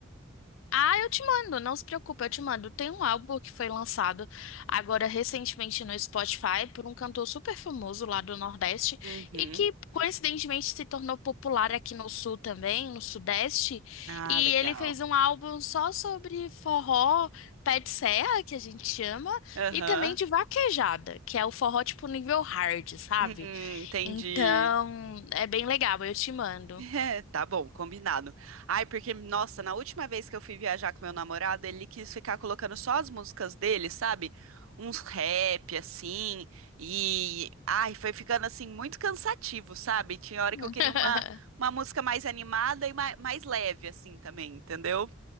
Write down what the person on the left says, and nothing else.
Ah, eu te mando, não se preocupe, eu te mando. Tem um álbum que foi lançado agora recentemente no Spotify por um cantor super famoso lá do Nordeste
e que coincidentemente se tornou popular aqui no Sul também, no Sudeste.
E
ele fez um álbum só sobre forró, pé de serra, que a gente chama,
e também de vaquejada, que é o forró tipo nível hard, sabe?
Então, é bem legal, eu te mando.
<laughs>